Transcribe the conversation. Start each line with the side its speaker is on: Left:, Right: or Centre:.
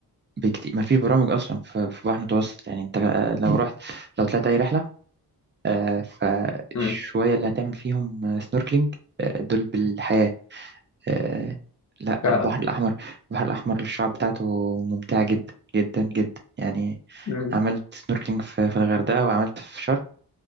Right: بكتير ما فيش برامج اصلا في في بحر متوسط يعني انت لو رحت لو طلعت اي رحله آه، فالشوية
Left: مم.
Right: اللي هتعمل فيهم سنوركلينج دول بالحياة آه، لا
Left: فعلا
Right: البحر الأحمر البحر الأحمر الشعاب بتاعته ممتعة جدا جدا جدا يعني
Left: مم.
Right: عملت سنوركلينج في في الغردقة وعملت في شرم